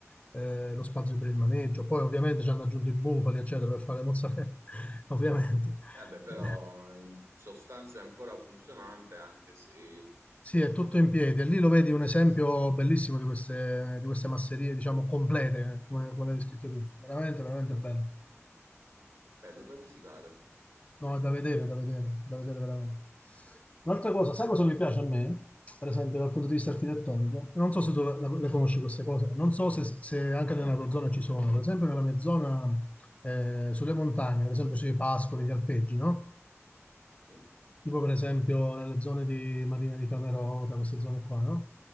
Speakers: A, on the left; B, on the right.
A: eh, lo spazio per il maneggio. Poi ovviamente ci hanno aggiunto i bufali, eccetera, per fare le mozzarella, <laughs> ovviamente.
B: Eh beh, però
A: Eh,
B: in sostanza è ancora funzionante, anche se
A: Sì,
B: con
A: è tutto
B: eh,
A: in piedi e
B: delle
A: lì lo
B: cose
A: vedi
B: diverse.
A: un esempio bellissimo di queste, di queste masserie, diciamo, complete, eh, come, come l'hai descritto tu. Veramente, veramente bello.
B: Bello da visitare.
A: No, è da vedere, da vedere, da vedere veramente. Un'altra cosa, sai cosa mi piace a me, per esempio dal punto di vista architettonico? E Non so se tu la- la- le conosci queste cose, non so se, se anche nella tua zona ci sono, per esempio nella mia zona, eh, sulle montagne, per esempio sui pascoli, gli alpeggi, no?
B: Sì.
A: Tipo per esempio nelle zone di Marina di Camerota, queste zone qua, no?